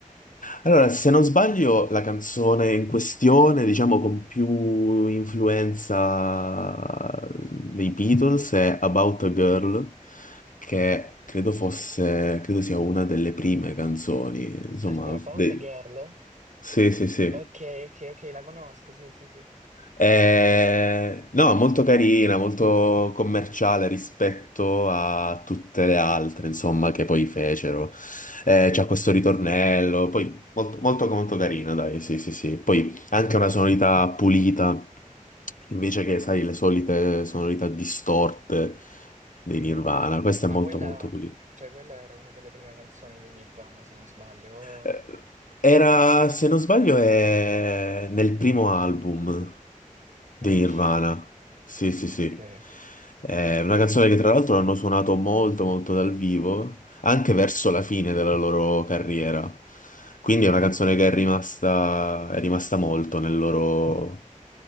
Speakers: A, on the left; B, on the right.
A: allora, se non sbaglio, la canzone in questione, diciamo, con più influenza dei Beatles è About a Girl, che credo fosse, credo sia una delle prime canzoni, insomma,
B: Aspetta, About
A: de-
B: a Girl?
A: Sì, sì, sì.
B: Ok, ok, ok, la conosco, sì, sì, sì.
A: Eh,
B: Mm.
A: no, molto carina, molto commerciale rispetto a tutte le altre, insomma, che poi fecero. Eh, c'ha questo ritornello, poi molto, molto, molto carina, dai, sì, sì, sì. Poi anche una sonorità pulita, invece che, sai, le solite sonorità distorte dei
B: Mm.
A: Nirvana. Questa
B: Ma
A: è molto,
B: quella,
A: molto pulita.
B: cioè, quella era una delle prime canzoni dei Nirvana, se non sbaglio. Oh.
A: Eh, Era, se non sbaglio, è nel primo album di
B: Mm.
A: Nirvana. Sì, sì,
B: Ok.
A: sì. È una canzone che tra l'altro hanno suonato molto, molto dal vivo, anche verso la fine della loro carriera. Quindi è una canzone che è rimasta, è rimasta molto nel loro-